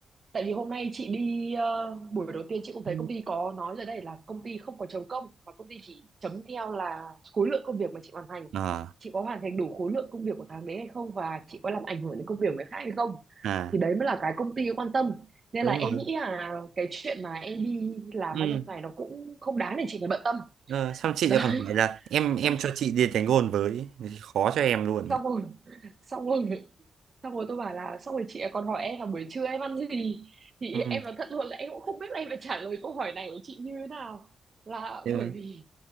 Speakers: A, on the right (about 50°); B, on the right (about 80°).
A: Tại vì hôm nay chị đi ờ, buổi đầu tiên chị cũng thấy
B: Ừ.
A: công ty có nói rồi đây là công ty không có chấm công và công ty chỉ chấm theo là khối lượng công việc mà chị hoàn thành.
B: Ờ
A: Chị có hoàn thành đủ khối lượng công việc của tháng đấy hay không và chị có làm ảnh hưởng đến công việc của người khác hay không.
B: à
A: Thì đấy mới là cái công ty quan tâm. Nên
B: đúng
A: là em
B: rồi.
A: nghĩ là cái chuyện mà em đi làm
B: Ừ.
A: bao nhiêu ngày nó cũng không đáng để chị phải bận tâm.
B: Ờ, xong chị
A: Đấy.
B: lại còn hỏi là
A: <laughs>
B: em em
A: Sao?
B: cho chị đi đánh gôn với khó cho em luôn đấy.
A: Xong rồi. Xong rồi. xong rồi tôi bảo là xong rồi chị ấy còn hỏi em là buổi trưa em ăn gì thì
B: Ừ.
A: em nói thật luôn là em cũng không biết là em phải trả lời câu hỏi này của chị như thế nào là
B: thế
A: bởi
B: mà-
A: vì